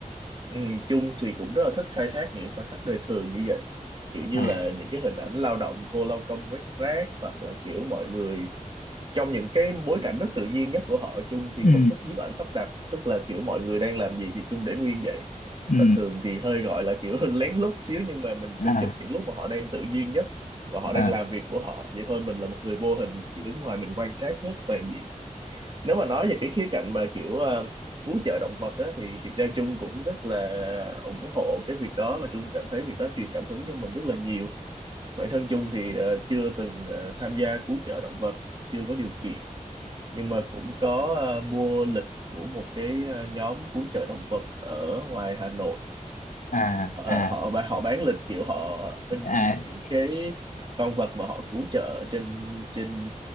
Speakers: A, on the right (about 35°); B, on the left (about 75°).
A: ừ. Chung thì cũng rất là thích khai thác những khoảnh khắc đời thường như vậy kiểu như
B: à
A: là những cái hình ảnh lao động cô lao công quét rác hoặc là kiểu mọi người trong những cái bối cảnh rất tự nhiên nhất của họ Chung thì
B: ừ
A: không thích nhiếp ảnh sắp đặt tức là kiểu mọi người đang làm gì thì Chung để nguyên vậy
B: ừ
A: và thường thì hơi gọi là kiểu <laughs> lén lút xíu nhưng mà mình
B: à
A: sẽ chụp những lúc mà họ đang tự nhiên nhất và họ
B: à
A: đang làm việc của họ vậy thôi mình là một người vô hình mình chỉ đứng ngoài mình quan sát hết toàn diện nếu mà nói về cái khía cạnh mà kiểu ờ, cứu trợ động vật á, thì thiệt ra Chung cũng rất là ủng hộ cái việc đó và Chung cảm thấy việc đó truyền cảm hứng cho mình rất là nhiều bản thân Chung thì ờ, chưa từng ờ, tham gia cứu trợ động vật chưa có điều kiện nhưng mà cũng có ờ, mua lịch của một cái ờ, nhóm cứu trợ động vật ở ngoài Hà Nội
B: à
A: họ ờ,
B: à
A: họ bán họ bán lịch kiểu họ in
B: à
A: hình những cái con vật mà họ cứu trợ trên trên